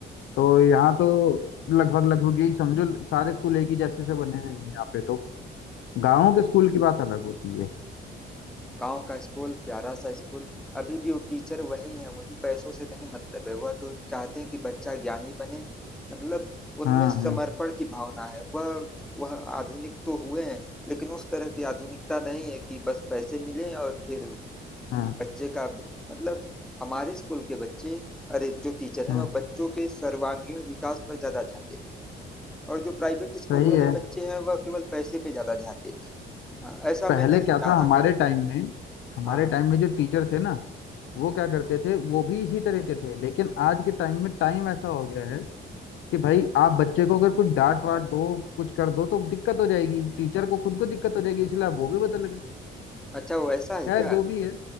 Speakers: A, on the left; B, in the centre.
A: तो यहाँ तो लगभग लगभग यही समझो सारे स्कूल एक ही जैसे से बने हुए हैं यहाँ पे तो गाँव के स्कूल की बात अलग होती है
B: गांव का स्कूल प्यारा सा स्कूल अभी भी वो टीचर वही है उन्हें पैसों से नहीं मतलब है वह तो चाहते हैं कि बच्चा ज्ञानी बने मतलब उनमें
A: हाँ
B: समर्पण
A: हाँ
B: की भावना है वह वह आधुनिक तो हुए हैं लेकिन उस तरह की आधुनिकता नहीं है कि बस पैसे मिले और फिर
A: हाँ
B: बच्चे का मतलब हमारे स्कूल के बच्चे अरे जो टीचर हैं
A: हाँ
B: वह बच्चों के सर्वांगीण विकास पर ज्यादा ध्यान देते हैं और जो प्राइवेट स्कूल
A: सही
B: वाले
A: है
B: बच्चे हैं वह केवल पैसे पे ज्यादा ध्यान देते हैं हाँ, ऐसा
A: पहले
B: मैंने
A: क्या
B: जाना
A: था हमारे
B: भी आगे
A: टाइम में हमारे
B: हाँ हाँ
A: टाइम में जो टीचर थे ना वो क्या करते थे वो भी इसी तरह के थे लेकिन आज के टाइम में टाइम ऐसा हो गया है कि भाई आप बच्चे को अगर कुछ डांट वाट दो कुछ कर दो तो दिक्कत हो जाएगी टीचर को खुद को दिक्कत हो जाएगी इसलिए आप वो भी बदल गए
B: अच्छा वो ऐसा है
A: खैर
B: क्या
A: जो भी है